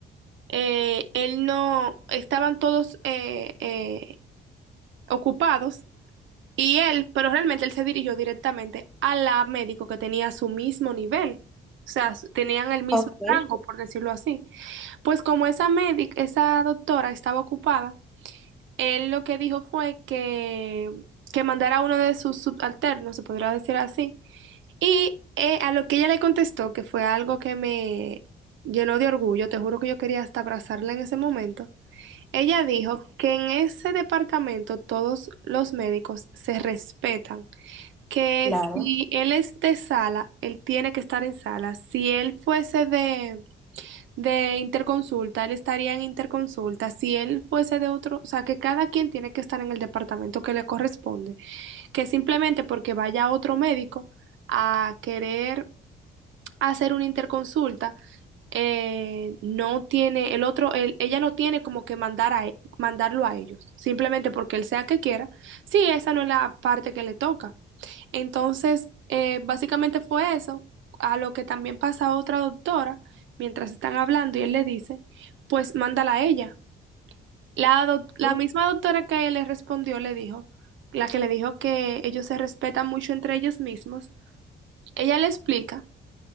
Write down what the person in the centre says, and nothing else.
ok,
claro.
Ujú.